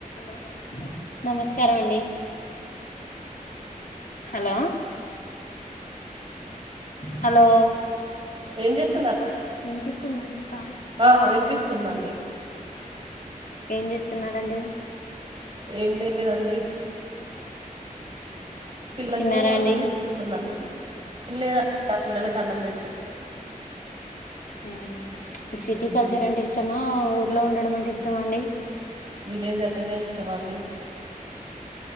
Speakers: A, on the left; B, on the right.
A: లో నమస్కారం అండి హలో హలో
B: ఏం చేస్
A: వినిపిస్తుందండి కాని
B: ఆ వినిపిస్తుందండి.
A: ఏం చేస్తున్నారంండి
B: ఏం లేదండి పిల్లకు
A: తిన్నారా
B: అన్నం
A: అండి
B: తినిపిస్తున్నానండి తిన్లేదా నా పిల్లలక అన్నం పెడుతు
A: అవున మీక్ సిటీ కల్చర్
B: హ్మ్
A: అంటే ఇష్టమా ఉ ఊళ్లో ఉండడం అంటే ఇష్టమా అండి
B: విలేజ్ అంటేనే ఇష్టం అండి